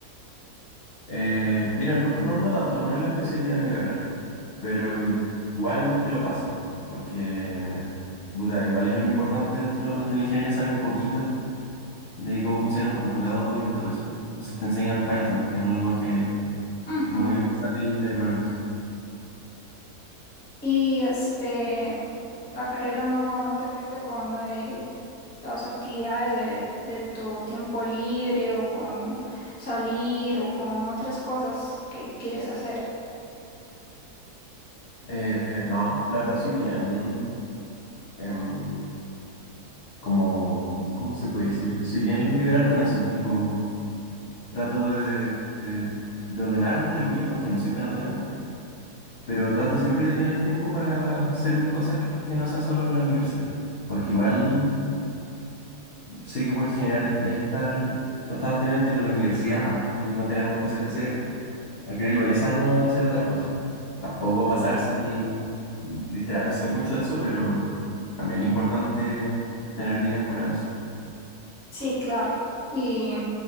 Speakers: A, on the left (about 65°); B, on the left (about 15°).
A: Eh, mira, no, no, no tanto, no es la especialidad de mi carrera, pero i- igual te lo pasan, porque puta, igual es algo importante dentro de la ingeniería saber un poquito de cómo funciona un computador y todo eso. Entonces te enseñan Python, que es un lenguaje
B: Ujú.
A: muy versátil de programación.
B: Y este, la carrera no, no te afecta con eh, las actividades de, de tu tiempo libre o con salir o con otras cosas que quieres hacer.
A: Eh, no, la verdad soy bien, em, como, ¿cómo se puede decir? Soy bien liberal con eso, tipo, trato de, de de ordenarme, entre comillas, porque no soy tan ordenado pero trato siempre de tener el tiempo para hacer mis cosas que que no sea solo la universidad, porque igual sé que puede generar estrés estar constantemente con la universidad y no tener más cosas que hacer. Al final igual es sano hacer otras cosas. Tampoco pasarse y y distraerse mucho de eso, pero también es importante tener vida fuera de eso.
B: Sí, claro. ¿Y